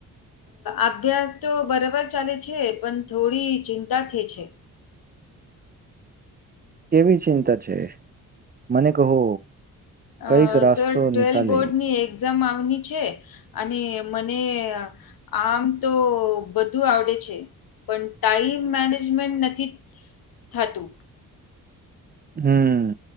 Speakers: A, on the left; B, on the right.
A: અભ્યાસ તો બરાબર ચાલે છે પણ થોડી ચિંતા થઈ છે.
B: કેવી ચિંતા છે? મને કહો.
A: અ
B: કઈક રાસ્તો
A: સર ટ્વેલ્થ
B: નિકાલે
A: બોર્ડની એક્ઝામ આવની છે અને મને આમ તો બધું આવડે છે પણ ટાઈમ મેનેજમેન્ટ નથી થાતું.
B: હમ